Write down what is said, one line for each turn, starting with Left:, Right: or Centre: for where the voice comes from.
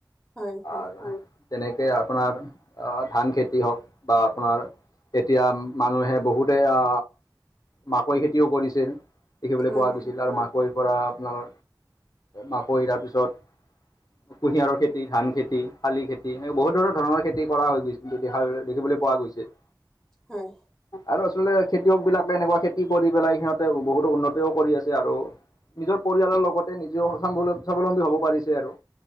Centre: হয় হয়
Left: আৰু তেনেকে আপোনাৰ ধান খেতি হওঁক বা আপোনাৰ এতিয়া মানুহে বহুতেই অ মাকৈ খেতিও কৰিছিল দেখিবলৈ
Centre: হয়
Left: পোৱা গৈছিল আৰু মাক- কৈৰ পৰা আপোনাৰ মাকৈ তাৰপিছত-
Centre: <unintelligible>
Left: কুঁহিয়াৰৰ খেতি ধান খেতি শালি খেতি এনেকৈ বহুত ধৰ ধৰণৰ খেতি কৰা হৈ গৈছিল তো দিহাৰ দেখিবলৈ পোৱা গৈছিল।
Centre: হয়
Left: আৰু আচলতে খেতিয়ক বিলাকে এনেকুৱা খেতি কৰি পেলাই সিহঁতে বহুতো উন্নতিও কৰি আছে আৰু। নিজৰ পৰিয়ালৰ লগতে নিজেও স্বাৱলম স্বাৱলম্বী হ'ব পাৰিছে আৰু।